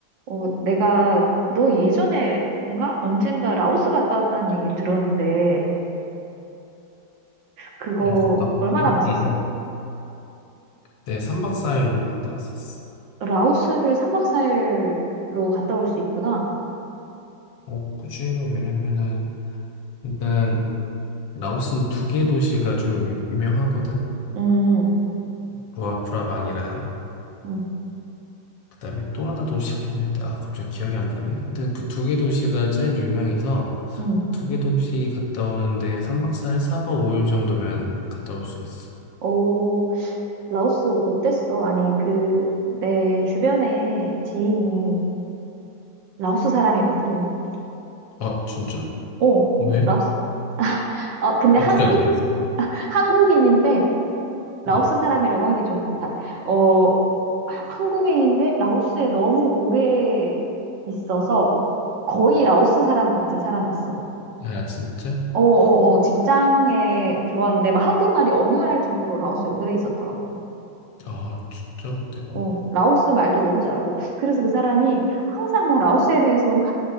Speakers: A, on the right (about 70°); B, on the left (about 70°).
A: 어, 내가 너 예전에인가 언젠가 라오스 갔다 왔다는 얘기를 들었는데 그거
B: 어, 갔다 왔지?
A: 얼마나 갔었어?
B: 응, 응. 네, 3박 4일로 갔다 왔었어.
A: 라오스를 삼박사일로 갔다 올 수 있구나.
B: 어, 굳이, 왜냐면은, 일단, 라오스는 두 개 도시가 좀 유, 유명하거든?
A: 음,
B: 루아프라방이랑,
A: 음,
B: 그 다음에 또 하나 도시가 있는데, 아, 갑자기 기억이 안 나네? 하여튼 그 두 개 도시가 제일 유명해서,
A: 음.
B: 두 개 도시 갔다 오는데, 3박 4일, 4박 5일 정도면 갔다 올 수 있어.
A: 어, 라오스 어땠어? 아니 그 내 주변에 지인이 라오스 사람이거든.
B: 아, 진짜?
A: 어,
B: 왜?
A: 라오스. 어, 근데
B: 어떻게
A: 한국
B: 알겠어?
A: 한국인인데 라오스
B: 어.
A: 사람이라고 하기 좀 그렇다. 어, 한국인인데 라오스에 너무 오래 있어서 거의 라오스 사람 같은 사람이 있어.
B: 야, 진짜?
A: 어, 어, 어, 직장에 들어왔는데 막 한국말이 어느 날 정도로 라오스에 오래 있었더라고.
B: 아, 진짜? 대박.
A: 어, 라오스 말도 너무 잘하고. 그래서 그 사람이 항상 뭐 라오스에 대해서 막